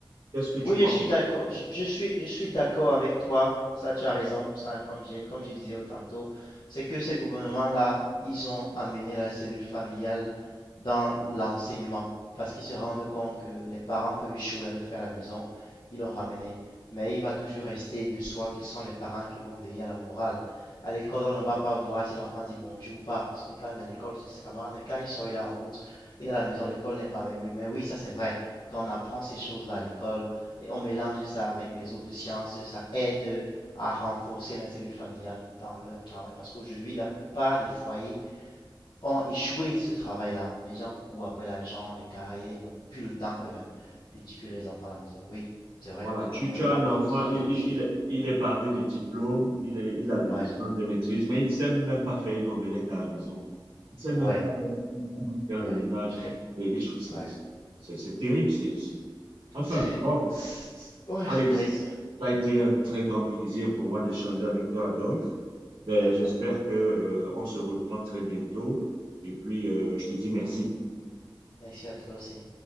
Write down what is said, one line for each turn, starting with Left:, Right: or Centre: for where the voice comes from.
Right: Qu'est-ce que tu
Left: Oui,
Right: penses?
Left: je suis d'accord. Je, je suis, je suis d'accord avec toi. Ça, tu as raison. Ça, comme j'ai, comme je disais tantôt, c'est que ces gouvernements-là, ils ont amené la cellule familiale dans l'enseignement parce qu'ils se rendent compte que les parents peuvent échouer à le faire à la maison. Ils l'ont ramené. Mais il va toujours rester de soi qui sont les parents qui vont veiller à la morale. À l'école, on ne va pas voir si l'enfant dit bonjour ou pas parce que quand il est à l'école, c'est ses camarades. Mais quand il sort, il est en route, il est à la maison, l'école n'est pas avec lui. Mais oui, ça, c'est vrai. Quand on apprend ces choses-là à l'école, et on mélange ça avec les autres sciences, ça aide à renforcer la cellule familiale dans leur travail. Parce qu'aujourd'hui, la plupart des foyers ont échoué ce travail-là. Les gens courent après l'argent, les carrières, ils n'ont plus le temps eux-mêmes d'éduquer les enfants à la maison. Oui, c'est vrai,
Right: Voilà, tu,
Left: les gouvernements
Right: tu as un
Left: le
Right: enfant,
Left: font, c'est
Right: il,
Left: une bonne
Right: il,
Left: chose.
Right: il est, il est bardé de diplômes, il est, il a des
Left: Ouais,
Right: licences, des maîtrises, mais il ne sait même pas faire une omelette à la maison. Il ne sait
Left: ouais,
Right: même pas faire, faire
Left: ouais,
Right: le ménage,
Left: <laughs>
Right: des, des choses. C'est,
Left: ouais.
Right: c'est- c'est- c'est terrible. c'est, c'est- Enfin,
Left: C'est-
Right: bon,
Left: c'est- Ouais,
Right: allez,
Left: c'est terrible.
Right: ça a été un très grand plaisir pour moi d'échanger avec toi, Adolphe. Ben,
Left: D'accord.
Right: j'espère que, euh, on se reprend très bientôt. Et puis, euh, je te dis merci.
Left: Merci à toi aussi.